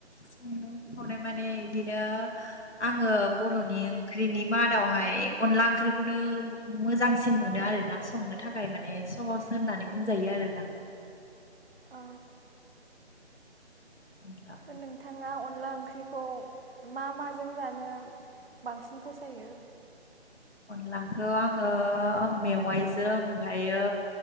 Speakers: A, on the left (about 80°); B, on the right (about 55°).
A: सं सनाय माने बिदिनो आङो बर'नि ओंख्रिनि मादावहाय अनला ओंख्रिखौनो मोजांसिन मोनो आरोना। संनो थाखाय माने सहस होननानै बुंजायो आरोना।
B: औ
A: उलथा।
B: नोंथाङा अनला ओंख्रिखौ मा माजों जानो बांसिन फसायो?
A: अनलाखौ आङो मेवाइजों ओमफायो।